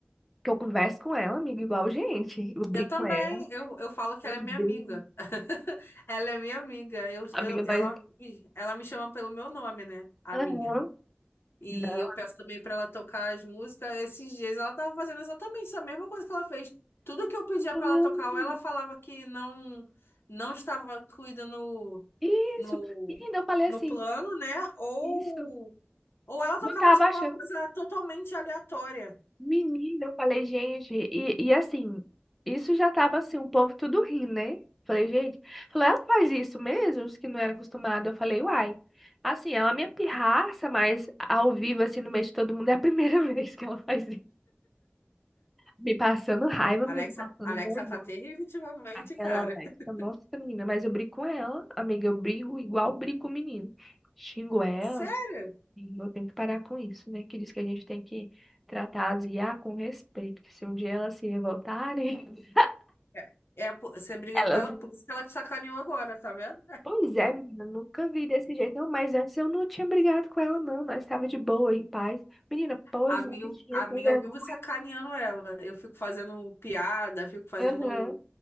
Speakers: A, in the centre; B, on the left.
A: Que eu converso com ela, amiga, igual gente. Eu brigo
B: Eu também,
A: com ela,
B: eu, eu falo que
A: nós
B: ela é minha
A: brigamos.
B: amiga. <laughs> Ela é minha amiga. Eu,
A: Amiga,
B: eu,
A: nós.
B: ela, me- ela me chama pelo meu nome, né? A
A: Aham.
B: minha. E
A: Não.
B: eu peço também pra ela tocar as músicas. Esses dias ela tava fazendo exatamente essa mesma coisa que ela fez. Tudo que eu pedia pra
A: Não,
B: ela tocar,
A: amiga.
B: ou ela falava que não não estava incluída no,
A: Isso.
B: no,
A: Menina, eu falei
B: no
A: assim,
B: plano, né? Ou,
A: isso.
B: ou ela
A: Não
B: tocava
A: tava
B: tipo
A: achando.
B: uma coisa totalmente aleatória.
A: Menina, eu falei, gente, e, e assim, isso já tava assim, um povo tudo rindo, né? Falei, gente, falei, ela faz isso mesmo, os que não era acostumado. Eu falei, uai. Assim, ela é minha pirraça, mas ao vivo, assim, no meio de todo mundo, é a primeira <laughs> vez que ela faz isso. Me passando raiva,
B: Alexa,
A: me passando
B: Alexa
A: vergonha.
B: tá terrível ultimamente,
A: Aquela
B: cara.
A: Alexa,
B: <laughs>
A: nossa, menina, mas eu brigo com ela, amiga, eu brigo igual brigo com o menino. Xingo ela
B: Sério?
A: e eu tenho que parar com isso, né? Que diz que a gente tem que tratar as IA com respeito, que se um dia elas se revoltarem,
B: É, é, por- você briga
A: <laughs> elas...
B: com ela, por isso que ela te sacaneou agora, tá vendo?
A: Pois é, menina, nunca vi desse jeito. Não, mas antes eu não tinha brigado com ela, não. Nós estava de boa, em paz. Menina, pois
B: A mim,
A: é, bichinha
B: a mim
A: sem vergonha.
B: eu vivo sacaneando ela. Eu fico fazendo piada, fico fazendo
A: Aham,